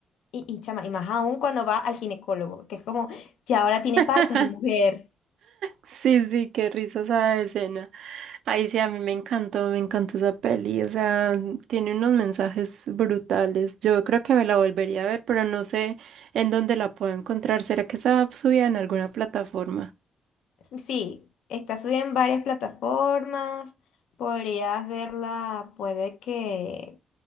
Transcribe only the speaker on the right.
<laughs>
Sí, sí, qué risa esa escena. Ay, sí, a mí me encantó, me encantó esa peli, o sea, tiene unos mensajes brutales. Yo creo que me la volvería a ver, pero no sé en dónde la puedo encontrar. ¿Será que está subida en alguna plataforma?